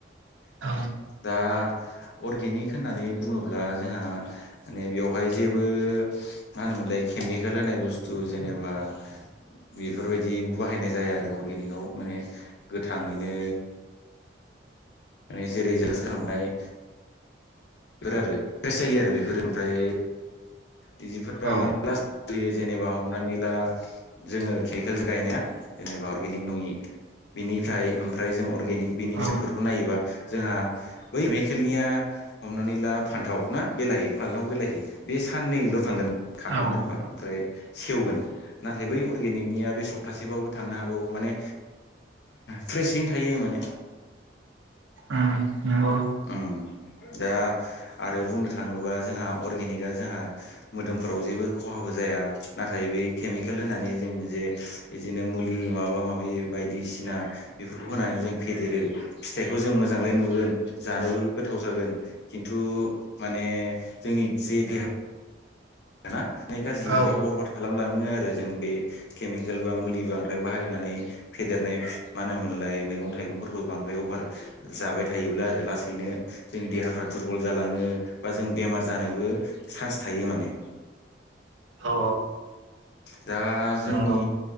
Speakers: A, on the right (about 85°); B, on the left (about 60°).
A: औ
B: दा अर्गेनिक होननानै बुङोब्ला जोंहा माने बेवहाय जेबो मा होनोमोनलाय खेमि खेल होनाय बुस्थु जेनेबा बेफोरबायदि बाहायनाय जाया आरो अर्गेनिकआव माने गोथाङैनो माने जेरै जाल्सो थांबाय बेफोर आरो फ्रेस जायो आरो बेफोरो ओमफ्राय बिदिफोरा
A: औ
B: माने लास फयो जेनेबा हमनानै ला जोङो केकोल गायनाया जेनेबा अर्गेनिक नङि बिनिफ्राय ओमफ्राय जों अर्गेनिक बिनि
A: औ
B: फिसाइफोरखौ नायोबा जोंहा बै केमिकेलनिया हमनानै ला फान्थाव ना बेलाहि फालथाव बेलाहि बे साननैल' थांगोन खाखोननानै
A: औ
B: दोनबा ओमफ्राय सेवगोन नाथाय बै अर्गेनिकनिया बे सप्तासेबाबबो थांनो हागौ माने फ्रेसैनो थायो माने
A: उ नंगौ
B: उम दा आरो बुंनो थाङोबा जोंहा अर्गेनिकआ जोंहा मोदोमफोराव जेबो खहाबो जा जाया नाथाय बे केमिकेल होननानै जों जे बिदिनो मुलि माबा माबि बायदिसिना सिना बेफोरखौ होनानै जों फेदेरो फिथाइखौ जों मोजांलाय नुगोन जानोबो गोथाव जागोन खिन्थु माने जोंनि जे देहा होना ना गाज्रि
A: औ
B: बा बरबाद खालामलाङो आरो जों बे केमिकेल बा मुलि बांद्राय बाहायनानै फेदेरनाय मा होन लाय गैगं थाइगंफोरखौ बांद्राय अभार जाबाय थायोब्ला आरो लासैनो जोंनि देहाफोरा दुरबल जालांङो लाङो बा जों बेमार जानोबो सानस थायो माने
A: औ
B: दा जोंनि
A: नंगौ नंगौ